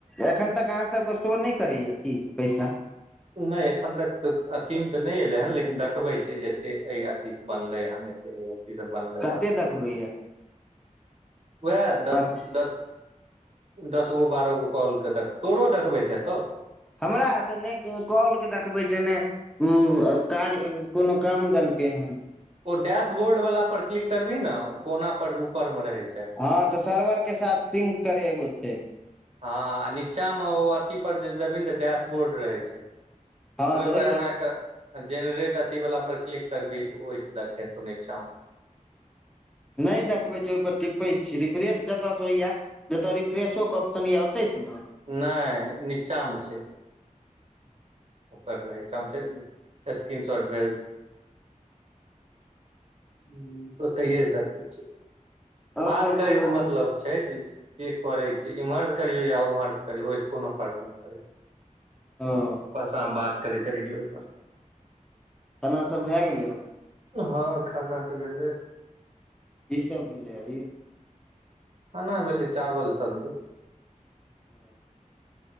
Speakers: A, in the centre; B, on the right (about 55°).
A: एखन तक अहाँ सभ के शो नहि करैएा की पैसा
B: नहि एखन तक त अथी मे ते नहि एले हन लेकिन देखबे छै। जे एते ए अथी से बनले न ची सभ बनले
A: कते
B: ह
A: देखबैया
B: ओएह दस
A: पाँच
B: द दस गो बारह गो कल के तोरो देखबैत हेतौ
A: हमरा तऽ नहि कलके देखबै छै। नहि उ कार्य कोनो काम देलकै हेन
B: ओ डैशबोर्ड वालला पर क्लिक करबही ने कोना पर ऊपर में रहे छै।
A: हँ तऽ सर्वर के साथ सिंक करे एगो छै।
B: हँ आ नीचा मे ओ अथी पर जे जबी तऽ डैशबोर्ड रहे छै।
A: हँ
B: ओहिपर
A: तऽ
B: एना जेनरेट अथी वाल पर क्लिक करबही त ओहिस देखे तो न छाम
A: नहि देखबै छै। ओहिपर टपैत छी रिफ्रेश जतऽ से होइया नहि तऽ रिफ्रेशोकक ऑप्शन य आतै छै। ने
B: नहि नीचामे छै। ओकर रहै छै। हमस स्क्रीन शॉट ह तऽ ओतहि बतबै छै।
A: आओर
B: बात
A: सब
B: करै
A: कहियौ
B: से मतलब छै। जे के करै छै। इम्हर करियौ या उमहर करियऔ ओहिस कोनो फर्क नहि पड़े
A: हँ
B: बस अहाँ बात करैते रहिय ओहिप
A: केना सभ भए गेलै
B: हँ खाना तऽ भेलै
A: क सभ मिले हभ
B: खाना भेली चावल सब्जी
A: हँ